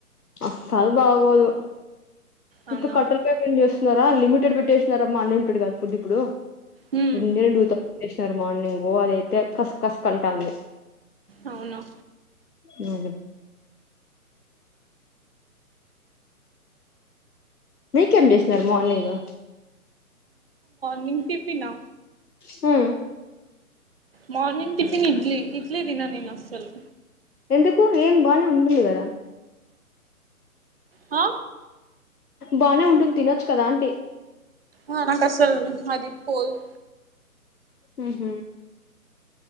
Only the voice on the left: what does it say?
అస్సల్ బాగోదు
ఇకా కట్టల్ కేక్ ఏంజెస్ లిమిటెడ్ పెట్టేసినారమ్మా అన్లిమిటెడ్ కాదు ఫుడ్ ఇప్పుడు
రెండె రెండుత టేషనర్ మార్నింగు అదైతే కస్ కస్క్ అంటంది
హ్మ్మ్ మీకేం చేసినారు మార్నింగ్
హ
ఎందుకు ఏం బానే ఉంటుంది కదా
బానే ఉంటుంది తినొచ్చు కదా అంటి
ఊ హు